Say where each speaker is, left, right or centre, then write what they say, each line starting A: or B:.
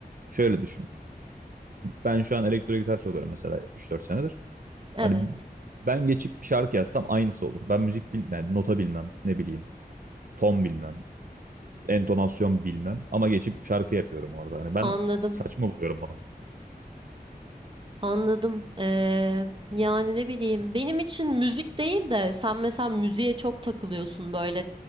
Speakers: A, on the right; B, on the right.
A: şöyle düşün. Ben şu an elektro gitar çalıyorum mesela üç dört senedir.
B: Evet.
A: Hani ben geçip bir şarkı yazsam aynısı olur. Ben müzik bilmem, yani nota bilmem, ne bileyim, ton bilmem, entonasyon bilmem ama geçip şarkı yapıyorum orada. Hani ben
B: Anladım.
A: saçma buluyorum bunu.
B: Anladım. Ee, yani ne bileyim benim için müzik değil de sen mesela müziğe çok takılıyorsun böyle